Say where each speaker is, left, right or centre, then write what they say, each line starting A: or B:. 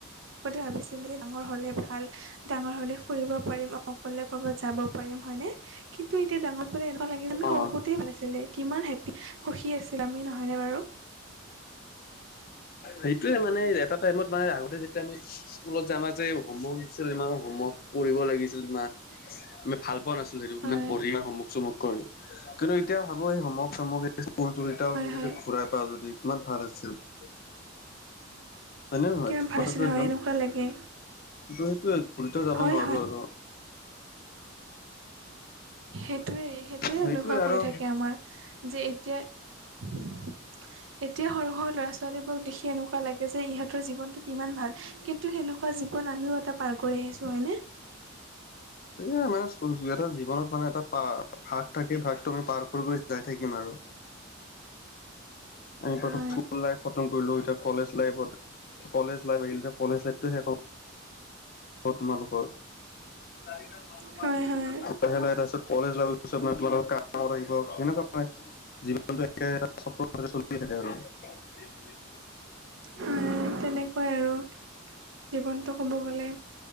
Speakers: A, on the right; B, on the left.
A: ভাবিছিলোয়ে ডাঙৰ হলে ভাল ডাঙৰ হলে ফুৰিব পাৰিম অকলে ক'ৰবাত যাব- পাৰিম হয়নে, কিন্তু এতিয়া ডাঙৰ পৰাই এনেকুৱা লাগে আমি
B: অ
A: সৰু সৌতেই ভাল আছিলে কিমান হেপি- সুখী আছিলো আমি নহয়নে বাৰু।
B: সেইট- টোৱে মানে এটা টাইমত মানে আগতে যেতিয়া আমি স্কুলত যে আমাক যে হোমৱৰ্ক দিছিলে আমা হোমৱৰ্ক- পঢ়িব লাগিছিল ইমান আমি ভাল পোৱা নাছিলো সেইটো
A: হয়
B: ইমান পঢ়ি অমোক চমোক। কৰি কিন্তু এতিয়া ভাবো এই সমক চমক এই এতিয়াও
A: হয়
B: আমি যদি
A: হয়
B: ঘুৰাই পাও যদি কিমান ভাল আছিল। চব। হয় ন নহয়
A: কিমান
B: ঠিক
A: ভাল
B: কথাটো
A: আছিলে
B: একদম
A: হয় এনেকুৱা লাগে
B: কিন্তু সেইটো ঘূৰিটো যাব
A: হয়
B: নোৱাৰো
A: হয়
B: আৰু।
A: সেইটোৱে সেইটোৱেই
B: সেইটোয়ে
A: অনুভৱ
B: আৰু
A: হৈ থাকে আমাৰ যে এতিয়া- এতিয়া সৰু সৰু ল'ৰা ছোৱালীবোৰক দেখি এনেকুৱা লাগে যে ইহঁতৰ জীৱনটো কিমান ভাল- কিন্তু, সেনেকুৱা জীৱন আমিও এটা পাৰ কৰি আহিছো হয়নে।
B: এইয়াই মানে এটা জীৱনত মানে এটা পা ভা- তাকেই, ভাগটো আমি পাৰ কৰি কৰি যাই থাকিম আৰু। আমি প্ৰথম
A: হয়
B: স্কুল লাইফ খতম কৰিলো। এতিয়া কলেজ লাইফত, কলেজ লাইফ আহিল। এতিয়া কলেজ লাইফটো শেষ হব। হব তোমালোকৰ। লাহে
A: হয় হয়
B: লাহে তাৰ পিছত কলেজ লাইভ পিছত মানে তোমালোকৰ কামত আহিব তেনেকুৱাই হয়। জীৱনটো একেটা চক্ৰৰ দৰে চলিয়ে থাকে আৰু। <unintelligible>
A: হয় তেনেকুৱাই আৰু জীৱনটো ক'ব গ'লে